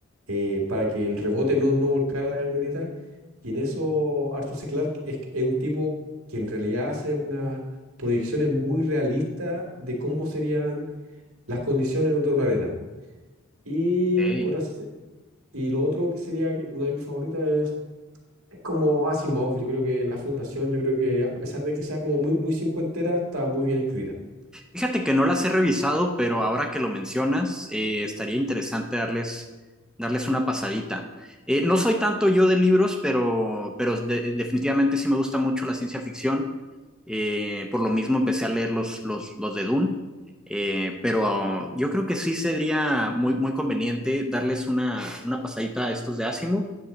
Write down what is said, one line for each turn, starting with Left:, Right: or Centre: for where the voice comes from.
Right: eh, para que el rebote no, no volcara la camioneta. Y en eso Arthur C. Clarke es, es un tipo que en realidad hace unas proyecciones muy realistas de cómo serían las condiciones en otro planeta. Y,
Centre: ok.
Right: otras, y lo otro que sería que una de mis favoritas como Asimov, yo creo que la fundación, yo creo que a pesar de que sea como muy, muy cincuentera, está muy bien escrita.
Centre: Fíjate que no las he revisado, pero ahora que lo mencionas, eh, estaría interesante darles, darles una pasadita. Eh, no soy tanto yo de libros, pero, pero de- definitivamente sí me gusta mucho la ciencia ficción. Eh, por lo mismo empecé a leer los, los, los de Dune. Eh, pero yo creo que sí sería muy, muy conveniente darles una, una pasadita a estos de Asimov